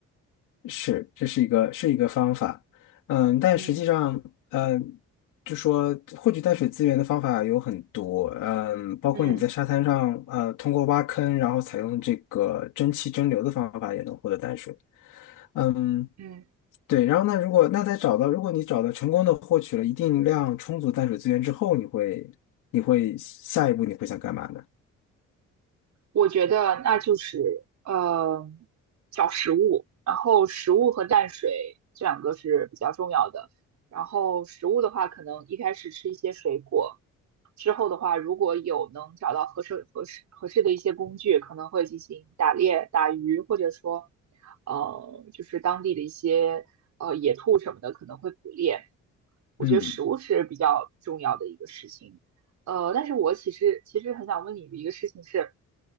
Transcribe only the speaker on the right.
嗯
嗯
嗯。
我觉得那就是呃找食物，然后食物和淡水这两个是比较重要的。然后食物的话，可能一开始吃一些水果，之后的话，如果有能找到合适合适合适的一些工具，可能会进行打猎、打鱼，或者说呃就是当地的一些呃野兔什么的，可能会捕猎。我觉得食物是比较重要的一个事情。
呃，但是我其实其实很想问你的一个事情是，